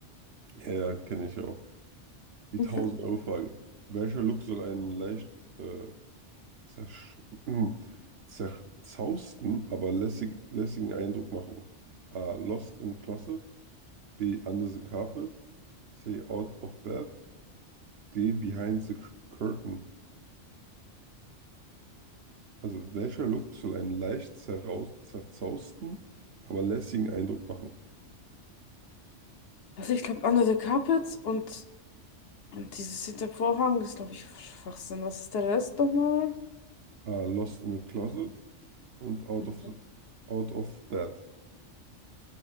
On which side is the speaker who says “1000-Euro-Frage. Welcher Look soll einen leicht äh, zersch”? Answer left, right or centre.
Right